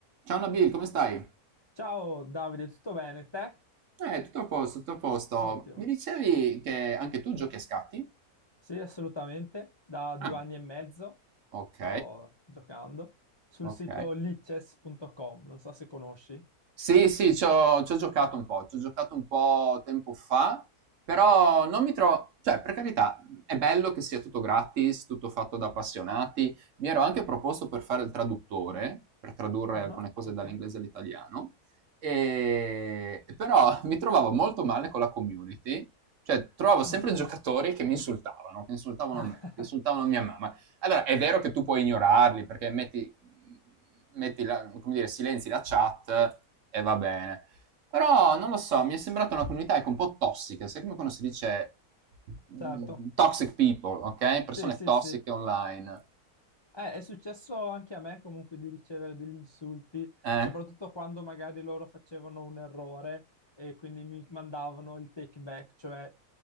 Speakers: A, on the right; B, on the left.
A: Ciao Nabil, come stai?
B: Ciao Davide, tutto bene? Te?
A: Eh, tutto a posto, tutto a posto.
B: Ottimo.
A: Mi dicevi che anche tu giochi a scatti?
B: Sì, assolutamente. Da due
A: Ah,
B: anni e mezzo
A: ok,
B: sto giocando sul
A: ok.
B: sito lichess.com, non so se conosci.
A: Sì, sì, c'ho c'ho giocato un po', c'ho giocato un po' tempo fa, però non mi trovo cioè per carità, mhmm, è bello che sia tutto gratis, tutto fatto da appassionati. Mi ero anche proposto per fare il traduttore, per tradurre
B: Ah,
A: alcune cose
B: ok.
A: dall'inglese all'italiano, ehm, però <laughs> mi trovavo molto male con la community, cioè trovavo sempre
B: Mm.
A: giocatori che mi insultavano, che insultavano
B: <laughs>
A: me, che insultavano mia mamma. Allora, è vero che tu puoi ignorarli perché metti, metti la, come dire, silenzi la chat e va bene. Però non lo so, mi è sembrata una comunità ecco, un po' tossica, sai come quando si dice mh,
B: Certo.
A: toxic people, ok? Persone
B: Sì, sì,
A: tossiche
B: sì.
A: online.
B: Eh, è successo anche a me comunque di ricevere degli insulti,
A: Eh?
B: soprattutto quando magari loro facevano un errore e quindi mi mandavano il take back, cioè